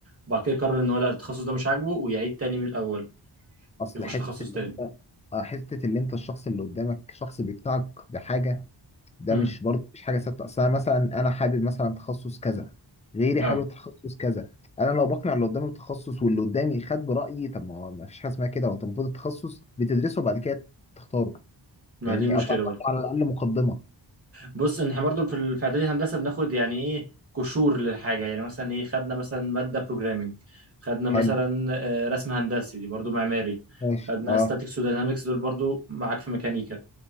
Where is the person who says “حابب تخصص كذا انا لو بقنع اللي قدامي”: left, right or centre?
Left